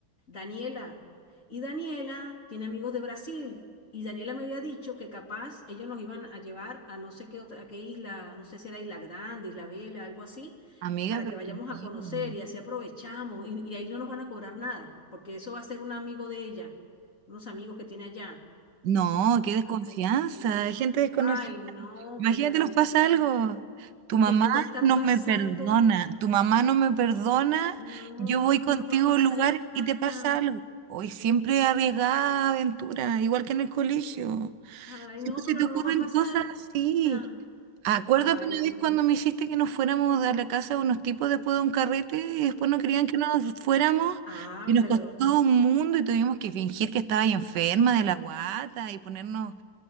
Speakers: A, on the left (about 35°); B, on the right (about 65°).
A: Daniela, y Daniela tiene amigos de Brasil, y Daniela me había dicho que capaz ellos nos iban a llevar a no sé qué otra, a qué isla, no sé si era Isla Grande, Isla Vela, algo así,
B: Amiga,
A: para
B: pero
A: que vayamos
B: qué miedo.
A: a conocer y así aprovechamos, y, y ahí no nos van a cobrar nada, porque eso va a ser un amigo de ella unos amigos que tiene allá.
B: No, qué desconfianza,
A: Ay, sí.
B: hay gente desconocida.
A: Ay, no,
B: Imagínate,
A: pero
B: nos pasa
A: no.
B: algo. Tu mamá
A: ¿qué nos va a estar
B: no
A: pasando?
B: me perdona, tu mamá no me perdona,
A: No,
B: yo voy contigo
A: no nos va a pasar
B: a un lugar
A: nada.
B: y te pasa algo. Hoy siempre
A: Eh,
B: arriesgada aventura, igual que en el colegio.
A: Ay,
B: Siempre
A: no, pero
B: se te
A: no
B: ocurren
A: nos va a pasar
B: cosas así.
A: nada.
B: Acuérdate
A: Ay,
B: una vez cuando me hiciste que nos fuéramos a la casa de unos tipos después de un carrete y después no querían que nos fuéramos
A: ah,
B: y nos
A: pero,
B: costó un mundo y tuvimos que fingir que estaba ahí enferma de la guata y ponernos